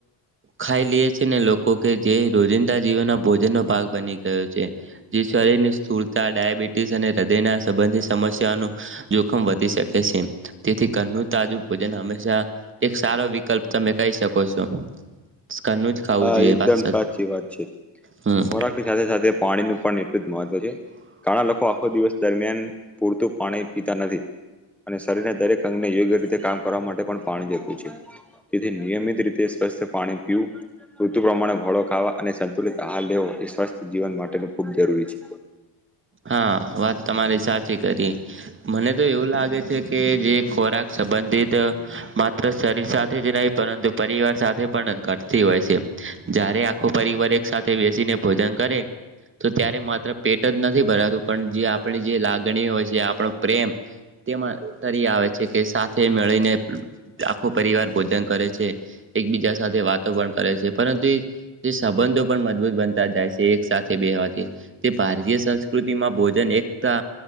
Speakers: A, on the right; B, in the centre.
A: ખાઈ લીએ છે ને લોકો કે જે રોજિંદા જીવન ના ભોજન નો ભાગ બની ગયો છે જે શરીરની સ્થૂળતા ડાયાબિટીસ અને હૃદયના સંબંધિત સમસ્યાનો જો ખમ વધી શકે છે તેથી ઘરનું તાજું ભોજન હંમેશા એક સારો વિકલ્પ તમે કઈ શકો છો ઘરનું જ ખાવું
B: હા
A: જોઈએ
B: એકદમ
A: વાત
B: સાચી વાત છે.
A: હમ
B: ખોરાક ની સાથે સાથે પાણીનું પણ એટલું જ મહત્વ છે ઘણા લોકો આખો દિવસ દરમિયાન પૂરતું પાણી પીતા નથી અને શરીરને દરેક અંગને યોગ્ય રીતે કામ કરવા માટે પણ પાણી જરુર છે <inaudible> તેથી નિયમિત રીતે સ્વસ્થ પાણી પીવું ઋતુ પ્રમાણે ફળો ખાવા અને સંતુલિત આહાર લેવો એ સ્વાસ્થ્ય જીવન માટેનું ખૂબ જરૂરી છે.
A: હા વાત તમારી સાચી કરી મને તો એવું લાગે છે કે જે ખોરાક સંબંધિત માત્ર શરીર સાથે જ નહીિ પરંતુ પરિવાર સાથે પણ ઘટતી હોય છે. જ્યારે આખો પરિવાર એક સાથે બેસીને ભોજન કરે તો ત્યારે માત્ર પેટ જ નથી ભરાતું પણ જે આપણી જે લાગણી હોય છે આપણો પ્રેમ તેમાં તરી આવે છે કે સાથે મેળીને આખો પરિવાર ભોજન કરે છે એકબીજા સાથે વાતો પણ કરે છે પરંતુ એ, જે સંબંધો પણ મજબૂત બનતા જાય છે એક સાથે બેવાથી તે ભારતીય સંસ્ સંસ્કૃતિમાં, ભોજન, એકતા,